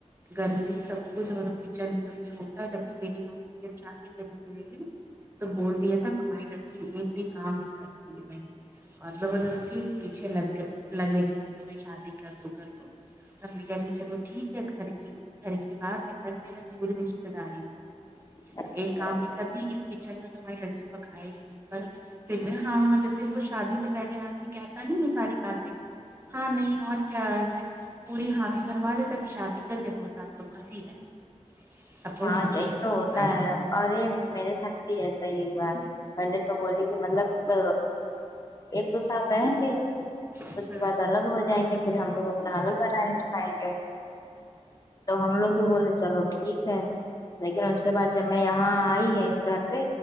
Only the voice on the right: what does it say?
گھر میں سب کچھ اور کچن تو ہی چھوٹا جبک میری ماں چھاتی کر ت تو بول دیا تھا ہماری لڑکی ایک بھی کام ہی کرتی ہے ب اور زبردستی پیچھے لگ لگے رہیں گ بھی شادی کر دو کر ابھی گھر بھی چلو ٹھیک ہے گھر کی گھر کی بات ہے کرتے ہوئے دور رشتے داری تھی
ایک آم نے گتیھی اس کچن میں تمہاری لٹکی پکائے گی پر پھر بھی ہاں ہاں جیے وہ شادی سے پہلے آدمی کہ نہیں یہ ساری باتیں ہاں نہیں اور کیا ایسے پوری حامی بھروا دے تک شادی کر کے سوتاب تو پھنسی گئے اب تھوڑی
نہ
کچھ ہو
سکتا
ہے